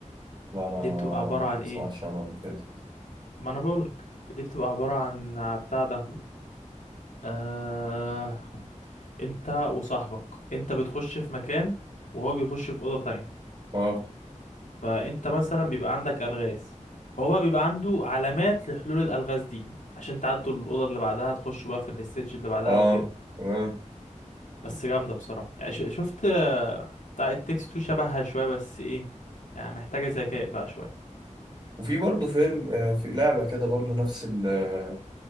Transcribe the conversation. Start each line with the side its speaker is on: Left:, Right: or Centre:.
Right: لا انا
Left: دي
Right: ما
Left: بتبقى عبارة عن ايه
Right: سمعتش عنها قبل كده
Left: ما انا بقولك دي بتبقى عبارة عن بتاع ده آه... انت وصاحبك انت بتخش في مكان وهو بيخش في أوضة تانية
Right: اه
Left: فانت مثلا بيبقى عندك ألغاز هو بقى بيبقى عنده علامات لحلول الألغاز دي عشان تعدوا الأوضة اللي بعدها تخشوا بقى في الاستيج اللي بعدها
Right: اه
Left: وكده
Right: تمام
Left: بس جامدة بصراحة يعني ش- شفت آه، بتاع التكست تو شبهها شوية بس ايه يعني محتاجة ذكاء بقى شوية
Right: وفي برضه فيلم آه في لعبة كده برضه نفس ال آه،